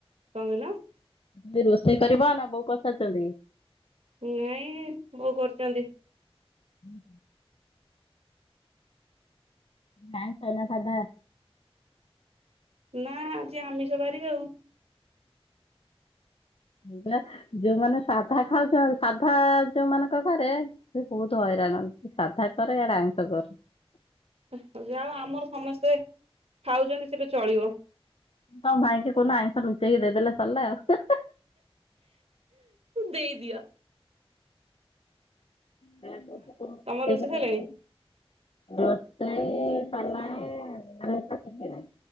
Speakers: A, on the right; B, on the left.
A: କଁ କଇଲ?
B: <unintelligible> ରୋଷେଇ କରିବା ନା ବୋଉ କରସାରଚନ୍ତି?
A: ନାଇଁ ବୋଉ କରୁଚନ୍ତି।
B: ହୁଁ ହୁଁ। ଉଁ ଆଇଁଷ ନା ସାଧା?
A: ନା ଆଜି ଆମିଷ ବାରି ଆଉ।
B: ଏଇପା ଯୋଉମାନେ ସାଧା ଖାଉଛନ୍ତି ସାଧା ଯୋଉମାନଙ୍କ ଘରେ। ସେ ବହୁତ ହଇରାଣ ସାଧା କରେ ଇଆଡେ ଆଇଁଷ କରେ।
A: ହଁ ଯାହା ହଉ ଆମର ସମସ୍ତେ। ଖାଉଛନ୍ତି ସେବେ ଚଳିବ
B: <inaudible> ତମ ଭାଇଙ୍କି କଉ ଦିନ ଆଇଁଷ ଲୁଚେଇ କି ଦେଇ ଦେଲେ ସରିଲା ଆଉ।
A: ଦେଇ ଦିଅ।
B: ସେୟା କହୁଚି କଣ ଲୁଚେଇକି
A: ତମର ରୋଷେଇ
B: ଦେଇଦେ।
A: ସରିଲାଣି
B: ରୋଷେଇ ସନମାନେ ଦିନ ବେଳେ ପରା ଚିକେନେ।